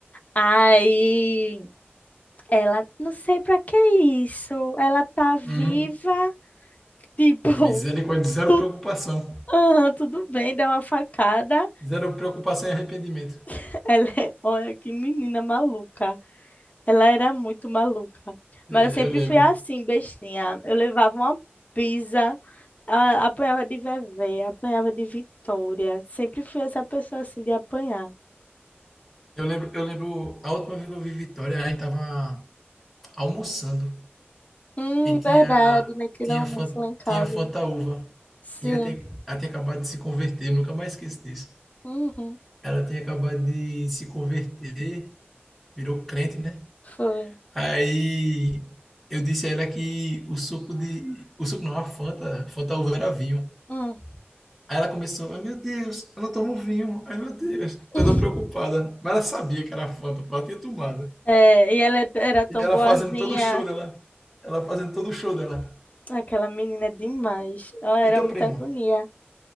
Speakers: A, on the left; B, in the centre.
A: Aí ela, não sei pra que isso. Ela tá viva.
B: Uhum.
A: <laughs> Tipo,
B: Misericórdia, zero
A: Tu-
B: preocupação.
A: aham, tudo bem, dá uma facada.
B: Zero preocupação e arrependimento.
A: <laughs> Ela é, olha que menina maluca. Ela era muito maluca.
B: É,
A: Mas eu sempre
B: Eu lembro.
A: fui assim, bestinha. Eu levava uma pisa, a- apanhava de Vevé, apanhava de Vitória. Sempre fui essa pessoa assim de apanhar.
B: Eu lembro, eu lembro, a última vez que eu vi Vitória, a gente tava almoçando
A: Hum,
B: e tinha,
A: verdade, naquele
B: tinha,
A: almoço
B: fan-
A: lá em casa.
B: tinha Fantaúva.
A: Sim.
B: E até até aí acabado de se converter, nunca mais esqueço disso.
A: Uhum,
B: Ela tinha acabado de se converter, virou crente, né?
A: foi.
B: Aí eu disse a ela que o suco de. O suco não, a Fanta, Fanta uva era vinho.
A: Hum.
B: Aí ela começou, ai meu Deus, eu não tomo vinho, ai meu Deus,
A: <laughs>
B: toda preocupada. Mas ela sabia que era Fanta, porque ela tinha tomado.
A: É, e ela era tão
B: E ela
A: boazinha.
B: fazendo todo o show dela. Ela fazendo todo o show dela.
A: Aquela menina é demais. Ela era
B: E teu
A: muita
B: primo?
A: agonia.